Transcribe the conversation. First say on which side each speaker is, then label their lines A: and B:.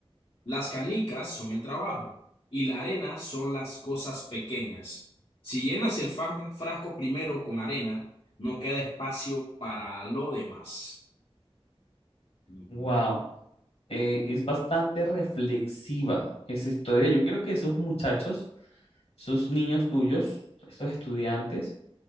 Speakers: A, on the left (about 65°); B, on the left (about 85°).
A: Las canicas son el trabajo y la arena son las cosas pequeñas. Si llenas el fa- frasco primero con arena, no queda espacio para lo demás. Ujú.
B: Wow, eh, es bastante reflexiva esa historia. Yo creo que esos muchachos, esos niños tuyos, esos estudiantes,